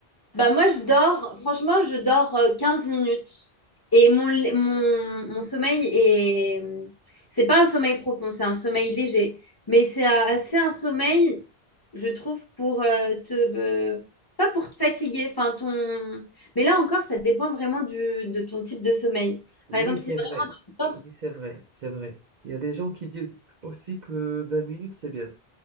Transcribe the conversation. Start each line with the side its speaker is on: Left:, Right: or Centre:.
Left: Bah moi, je dors, franchement, je dors euh, 15 minutes. Et mon, lé- mon, mon sommeil est... C'est pas un sommeil profond, c'est un sommeil léger. Mais c'est un- c'est un sommeil, je trouve, pour euh, te... euh, pas pour te fatiguer, enfin ton... Mais là encore, ça dépend vraiment du, de ton type de sommeil.
Right: Oui,
Left: Par exemple, si
Right: c'est
Left: vraiment
Right: vrai.
Left: tu dors
Right: Oui, c'est vrai, c'est vrai. Il y a des gens qui disent aussi que 20 minutes, c'est bien.